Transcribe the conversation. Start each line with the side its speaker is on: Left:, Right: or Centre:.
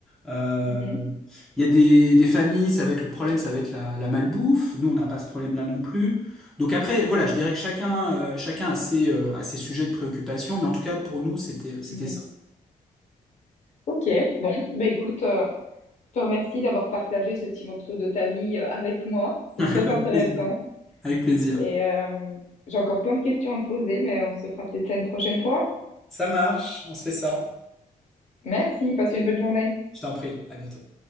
Centre: Euh,
Left: mhm,
Centre: Il y a des, des familles, ça va être le problème, ça va être la, la malbouffe. Nous, on n'a pas ce problème-là non plus. Donc après, voilà, je dirais que chacun, euh, chacun a ses, euh, a ses sujets de préoccupation, mais en tout cas, pour nous, c'était, c'était
Left: mhm.
Centre: ça.
Left: Ok, bon, bah écoute, euh, je te remercie d'avoir partagé ce petit morceau de ta vie euh, avec moi.
Centre: <laughs>
Left: C'est
Centre: Avec
Left: très intéressant
Centre: plaisir. Avec plaisir.
Left: et euh, j'ai encore plein de questions à te poser, mais on se fera peut-être ça une prochaine fois.
Centre: Ça marche, on se fait ça.
Left: Merci, passe une bonne journée.
Centre: Je t'en prie, à bientôt.